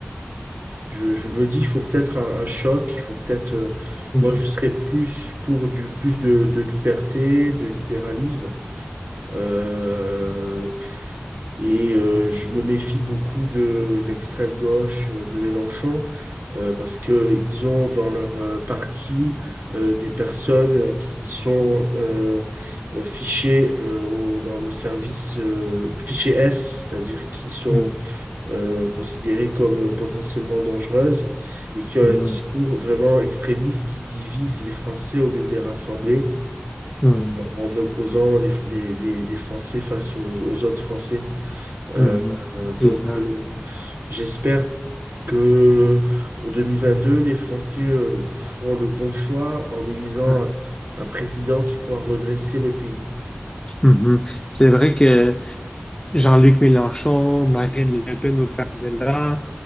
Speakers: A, on the right; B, on the left.
A: je, je me dis, il faut peut-être un, un choc, il faut peut-être. euh,
B: mhm,
A: moi, je serais plus pour du plus de, de liberté, de libéralisme. Euh, et euh, je me méfie beaucoup de l'extrême gauche euh, de Mélenchon euh, parce que ils ont dans leur euh, parti euh, des personnes qui sont euh, euh, fichées euh, au- dans le service euh, fiché S, c'est-à-dire qui sont
B: mhm.
A: euh, considérées comme euh, potentiellement dangereuses et qui
B: Mhm.
A: ont un discours vraiment extrémiste qui divise les Français au lieu de les rassembler
B: Mhm.
A: en opposant les, les, les, les Français face aux aux autres Français. Euh,
B: Mhm.
A: euh,
B: Effectivement.
A: donc, euh, j'espère que pour 2022, les Français euh, feront le bon choix en élisant
B: Ouais.
A: un un président qui pourra redresser le pays.
B: Mhm. C'est vrai que Jean-Luc Mélenchon, Marine Le Pen au par-delà